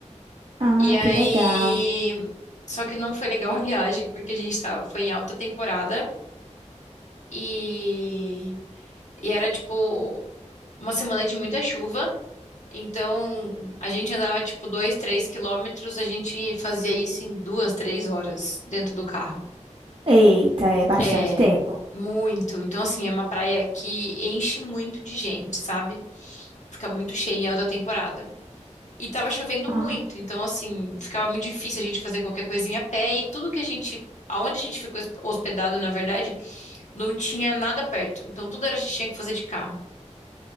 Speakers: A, on the right; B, on the left.
A: Ah,
B: E aí.
A: que legal.
B: Só que não foi legal a <laughs> viagem, porque a gente tava, foi em alta temporada e, e era tipo uma semana de muita chuva. Então a gente andava tipo dois, três quilômetros, a gente fazia isso em duas, três horas dentro do carro.
A: Eita, é bastante
B: É
A: tempo.
B: muito. Então, assim, é uma praia que enche muito de gente, sabe? Fica muito cheia em alta temporada. E tava chovendo muito,
A: Ah.
B: então assim, ficava muito difícil a gente fazer qualquer coisinha a pé e tudo que a gente, aonde a gente ficou hosp- hospedado, na verdade, não tinha nada perto. Então tudo era a gente tinha que fazer de carro.